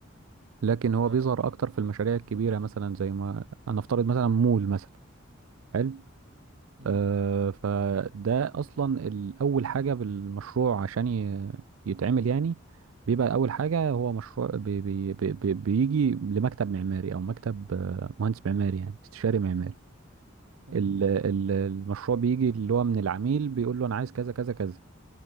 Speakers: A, on the right; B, on the right.
A: لكن هو
B: فاهمك
A: بيظهر اكتر في المشاريع الكبيره مثلا زي ما انا افترض مثلا مول مثلا حلو
B: مم.
A: آه فده اصلا ال- اول حاجه بالمشروع عشان ي- يتعمل يعني بيبقى اول حاجه هو مشروع بي بي بي بي بيجي لمكتب معماري او مكتب آه، مهندس معماري يعني استشاري معماري
B: مم.
A: ال- ال- المشروع بيجي اللي هو من العميل بيقول له انا عايز كذا كذا كذا